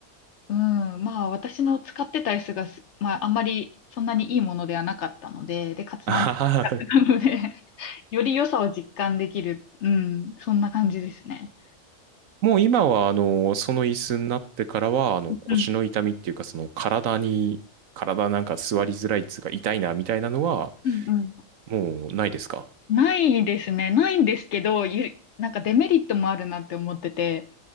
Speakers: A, on the left; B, on the right.
A: うん、まあ私の使ってた椅子がす、まああんまりそんなにいいものではなかったので、で、かつなん
B: あはは
A: なので <laughs> より良さを実感できる、うん、そんな感じですね。
B: もう今は、あの、その椅子になってからは、あの、
A: うん、
B: 腰の痛みっていうか、その体に、体なんか座りづらいっつうか痛いなみたいなのは、
A: うん。うん
B: もうないですか
A: ないですね。ないんですけど、ゆ、なんかデメリットもあるなって思ってて、